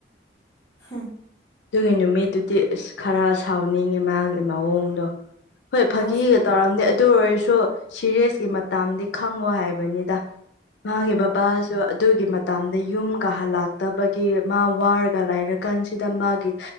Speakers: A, on the left (about 15°); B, on the left (about 80°).
A: ꯍꯨꯡ
B: ꯑꯗꯨꯒꯤ ꯅꯨꯃꯤꯠꯇꯨꯗꯤ ꯑ꯭ꯁ ꯈꯔ ꯁꯥꯎꯅꯤꯡꯉꯦ ꯃꯥꯒꯤ ꯃꯑꯣꯡꯗꯣ ꯍꯣꯏ
A: ꯃꯥꯁꯨ
B: ꯐꯥꯒꯤꯒ ꯇꯧꯔꯝꯅꯤ ꯑꯗꯨ ꯑꯣꯏꯔꯁꯨ ꯁꯤꯔꯤꯌ꯭ꯁꯀꯤ ꯥ ꯇꯝꯗꯤ ꯈꯪꯉꯣ ꯍꯥꯏꯕꯅꯤꯗ ꯃꯥꯒꯤ
A: ꯍꯣꯏ
B: ꯕꯕꯥ ꯑꯗꯨꯒꯤ ꯃꯇꯝꯗ ꯌꯨꯝꯒ ꯍꯜꯂꯛꯇꯕꯒꯤ ꯃꯥ ꯋꯥꯔꯒ ꯂꯥꯏꯔꯀꯥꯟꯁꯤꯗ ꯃꯥꯒꯤ